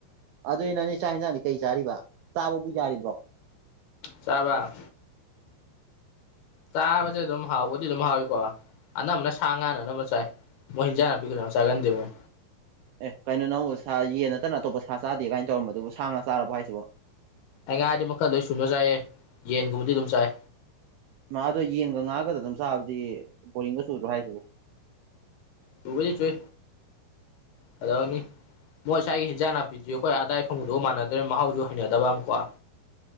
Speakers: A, on the right (about 80°); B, on the left (about 75°).
A: ꯑꯗꯨꯏ ꯅꯪꯗꯤ ꯆꯥꯛ ꯌꯦꯟꯁꯥꯡꯗꯤ ꯀꯩ ꯆꯥꯔꯤꯕ ꯆꯥꯕꯕꯨ ꯌꯥꯔꯤꯕ꯭ꯔꯣ
B: ꯆꯥꯕ ꯆꯥꯕꯁꯦ ꯑꯗꯨꯝ ꯍꯥꯎꯕꯨꯗꯤ ꯑꯗꯨꯝ ꯍꯥꯎꯏꯀꯣ ꯑꯅꯝꯕꯅ ꯁꯥ ꯉꯥꯅꯅ ꯑꯅꯝꯕꯅꯥ ꯆꯥꯏ ꯃꯣꯏ ꯏꯖꯥꯡ ꯅꯄꯤ ꯀꯅꯥꯝ ꯆꯒꯥꯟꯗꯦꯕ <unintelligible>
A: ꯑꯦ ꯀꯩꯅꯣ ꯅꯪꯕꯨ ꯁꯥ ꯌꯦꯟ ꯅꯠꯇꯅ ꯑꯇꯣꯞꯄ ꯁꯥ ꯆꯥꯗꯦ ꯀꯥꯏꯅ ꯇꯧꯔꯝꯕ ꯑꯗꯨꯕꯨ ꯁꯥ ꯉꯥ ꯆꯥꯔꯕꯣ ꯍꯥꯏꯁꯤꯕꯣ
B: ꯑꯩ ꯉꯥꯗꯤ ꯃꯈꯜ ꯂꯣꯏ ꯁꯨꯅ ꯆꯥꯏꯌꯦ ꯌꯦꯟꯒꯨꯝꯕꯗꯤ ꯑꯗꯨꯝ ꯆꯥꯏ
A: ꯃꯥ ꯑꯗꯣ ꯌꯦꯟꯒ ꯉꯥꯒꯗ ꯑꯗꯨꯝ ꯆꯥꯕꯗꯤ ꯕꯣꯔꯤꯡꯒ ꯆꯨꯗ꯭ꯔꯣ ꯍꯥꯏꯁꯤꯕꯣ
B: ꯆꯨꯕꯨꯗꯤ ꯆꯨꯏ ꯀꯩꯗꯧꯔꯨꯅꯤ ꯃꯣꯏ ꯁꯋꯥꯒꯤ ꯍꯤꯟꯖꯥꯡ ꯅꯥꯄꯤꯁꯤꯖ ꯑꯩꯈꯣꯏ ꯑꯗꯥꯏ ꯐꯪꯕꯗꯨꯒ ꯃꯥꯟꯅꯗ꯭ꯔꯦ ꯃꯍꯥꯎꯁꯨ ꯍꯩꯅꯗꯕ ꯑꯃꯀꯣ